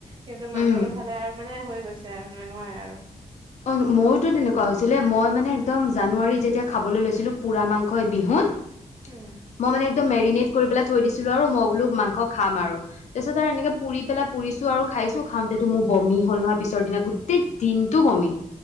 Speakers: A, on the right; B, on the left.
A: কিন্তু মাংসটো
B: উম।
A: খালে আৰু মানে হৈ গৈছে আৰু, মানে নোৱাৰে আৰু।
B: <inaudible> অঁ, মইওটো তেনেকুৱা হৈছিলে। মই মানে একদম জানুৱাৰীত যেতিয়া খাবলৈ লৈছিলোঁ, পুৰা মাংসই বিহুত। <inaudible>
A: উম।
B: মই মানে একদম মেৰিনেট কৰি পেলাই থৈ দিছিলো আৰু মই বোলো মাংস খাম আৰু। তাৰ পিছত আৰু এনেকে পুৰি পেলাই পুৰিছো আৰু খাইছো খাওঁতেতো মোৰ বমি হ'ল নহয়, পিছৰ দিনা গোটেই দিনটো বমি।